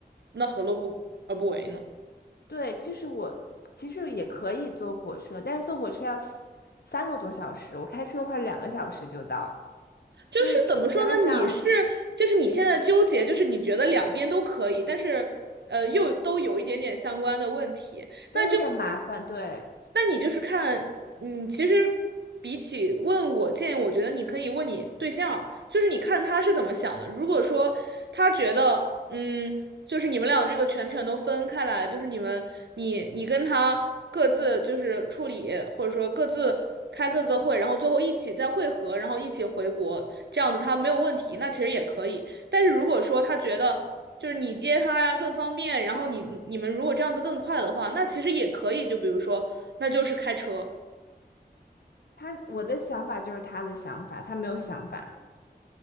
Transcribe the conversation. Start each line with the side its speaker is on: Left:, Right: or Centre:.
Right: 那何乐不而不为呢？
Left: 对，就是我其实也可以坐火车，但是坐火车要四三个多小时，我开车的话两个小时就到，
Right: 就是怎么说呢？
Left: 就是除加上
Right: 你是就是你现在纠结，就是你觉得两边都可以，但是呃又都有一点点相关的问题，
Left: 都有点麻烦。
Right: 那就
Left: 对，
Right: 那你就是看，嗯，其实比起问我建议，我觉得你可以问你对象儿就是你看他是怎么想的。如果说他觉得，嗯，就是你们俩这个全权都分开来，就是你们你你跟他各自就是处理，或者说各自开各自的会，然后最后一起再会合，然后一起回国，这样子他没有问题，那其实也可以。但是如果说他觉得，就是你接他呀更方便，然后你你们如果这样子更快的话，那其实也可以。就比如说，那就是开车。
Left: 他，我的想法就是他的想法，他没有想法。